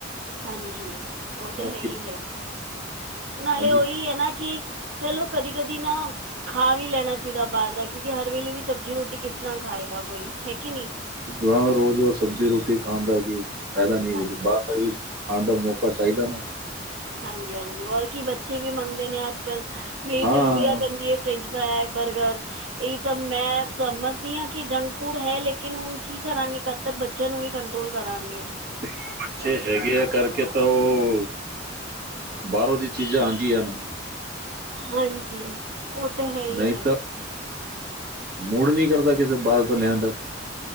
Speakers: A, on the right; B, on the right.
A: ਹਾਂਜੀ, ਓਹ ਤਾਂ
B: ਬਾਕੀ
A: ਹੈ ਹੀ ਹੈ। ਨਾਲੇ
B: ਹਾਂਜੀ
A: ਓਹੀ ਐ ਨਾ ਕਿ ਚਲੋ ਕਦੀ-ਕਦੀ ਨਾ ਖਾ ਵੀ ਲੈਣਾ ਚਾਹੀਦਾ ਬਾਰ ਦਾ ਕਿਓਕਿ ਹਰ ਵੇਲੇ ਵੀ ਸਬਜੀ-ਰੋਟੀ ਕਿਸ ਤਰਾ ਖਾਏਗਾ ਕੋਈ, ਹੈ ਕਿ ਨਹੀ।
B: ਵਾ, ਰੋਜ-ਰੋਜ ਸਬਜੀ-ਰੋਟੀ ਖਾਣ ਦਾ ਵੀ੍ਰਫੈਦਾ ਨੀ
A: ਹਾਂਜੀ
B: ਕੁੱਝ ਬਾਰ ਦਾ ਵੀ ਖਾਣ ਦਾ ਮੌਕਾ ਚਾਈਦਾ ਨਾ
A: ਹਾਂਜੀ-ਹਾਂਜੀ, ਹੋਰ ਕੀ ਬੱਚੇ ਵੀ ਮੰਗਦੇ ਨੇ ਅੱਜ-ਕੱਲ, ਮੇਰੀ
B: ਹਾਂ,
A: ਤੇ ਗੁੜੀਆ ਕੰਹਿਦੀ ਏ ਫ੍ਰੇਚ ਫਾਅਰ, ਬਰਗਰ ਇ ਸਭ ਮੈਂ ਸਮਝਦੀ ਆ ਕਿ ਜੰਕ ਫੂਡ ਹੈ ਲੇਕਿਨ ਹੁਣ ਕੀ ਕਰਾਂਗੇ ਕ ਦ ਤੱਕ ਬੱਚਿਆਂ ਨੂੰ ਵੀ ਕੰਟਰੋਲ ਕਰਾਂਗੇ।
B: ਬਈ ਬੱਚੇ ਹੈਗੇ ਆ ਕਰਕੇ ਤਾ ਓ ਬਾਰੋਂ ਦੀ ਚੀਜਾ ਆਂਦਿਆਂ ਅਨ।
A: ਹਾਂਜੀ। ਉਹ ਤਾਂ ਹੈ ਹੀ
B: ਨਈ
A: ਹੈ
B: ਤਾਂ, ਮੂੜ ਨਈ ਕਰਦਾ ਕਿਸੇ ਬਾਰ ਤੋ ਲਿਆਣ ਦਾ।